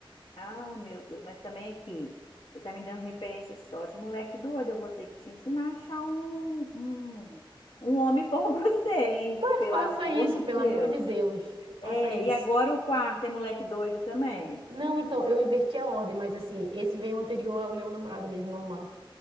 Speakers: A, on the left; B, on the right.
A: Ah, meu Deus, mas também aqui, você tá me dando referência só de moleque doido, eu vou ter que te ensinar a achar um, um, um homem bom <laughs> pra você, hein?
B: Mas
A: Pelo
B: faça
A: amor
B: isso,
A: de
B: pelo
A: Deus.
B: amor de Deus. Faça
A: É,
B: isso.
A: e agora o quarto é moleque doido também.
B: Não, então, eu inverti a ordem, mas assim, esse veio anterior ao meu namorado mesmo, normal.